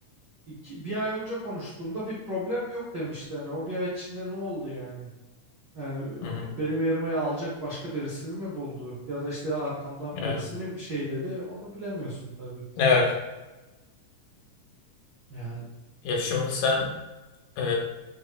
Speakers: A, on the right (about 55°); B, on the left (about 85°).
A: İki, bir ay önce konuştuğumda bir problem yok demişti. Yani o bir ay içinde ne oldu yani? Yani
B: Hı hı.
A: e, benim yerime alacak başka birisini mi buldu? Ya da işte arkamdan
B: Evet.
A: birisi mi bir şey dedi? Onu bilemiyorsun tabii.
B: Evet.
A: Yani
B: Ya şimdi sen e,